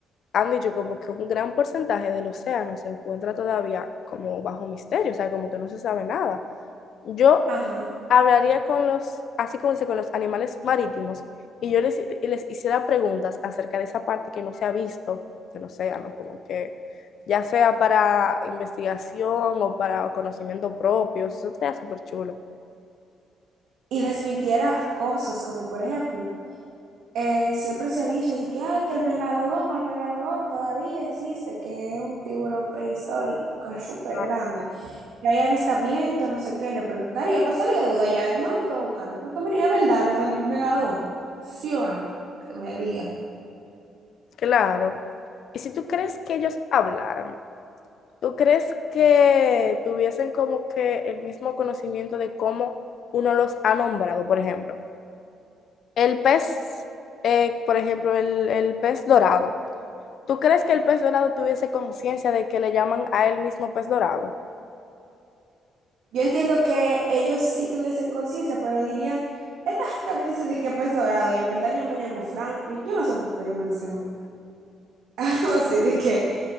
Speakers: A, on the left; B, on the right.
A: han dicho como que un gran porcentaje del océano se encuentra todavía como bajo misterio, o sea, como que no se sabe nada. Yo
B: Ajá.
A: hablaría con los, así como dice, con los animales marítimos y yo les, les hiciera preguntas acerca de esa parte que no se ha visto del océano, como que ya sea para investigación o para conocimiento propio, eso sería súper chulo.
B: Y desmintiera cosas como, por ejemplo, eh, siempre se ha dicho de que, ay, que el megalodón, el megalodón todavía existe, que es un tiburón prehistórico, que es súper
A: Ah,
B: grande, que hay avistamientos, no sé qué, le preguntaría, pasaría de duda ya, no, no tengo que buscarlo, punto, mire, es verdad lo del megalodón, sí o no, que me digan.
A: Claro. Y si tú crees que ellos hablaran, ¿tú crees que tuviesen como que el mismo conocimiento de cómo uno los ha nombrado? Por ejemplo, el pez, eh, por ejemplo, el, el pez dorado. ¿Tú crees que el pez dorado tuviese conciencia de que le llaman a él mismo pez dorado?
B: Yo entiendo que ellos sí tuviesen conciencia, pero dirían, esta gente me dice de que pez dorado, y en verdad yo me llamo Franklin, yo no sé por qué ellos me dicen <laughs> así, de que